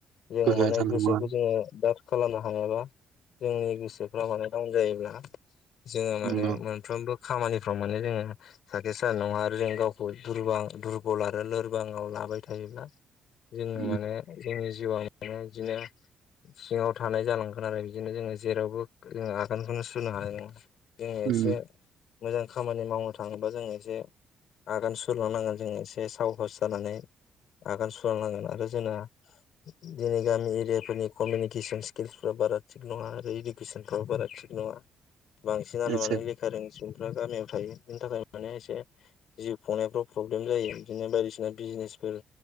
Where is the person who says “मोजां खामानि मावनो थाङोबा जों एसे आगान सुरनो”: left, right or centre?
Left